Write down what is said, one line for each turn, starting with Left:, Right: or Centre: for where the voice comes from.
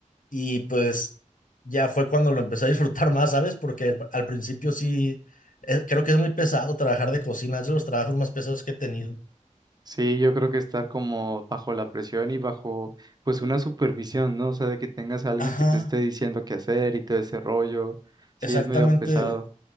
Left: y pues ya fue cuando lo empecé a disfrutar más, ¿sabes? Porque al, al principio sí, eh, creo que es muy pesado trabajar de cocina, es de los trabajos más pesados que he tenido.
Right: Sí, yo creo que estar como bajo la presión y bajo pues una supervisión, ¿no? O sea, de que tengas a alguien
Left: Ajá.
Right: que te esté diciendo qué hacer y todo ese rollo, sí
Left: Exactamente.
Right: es medio pesado.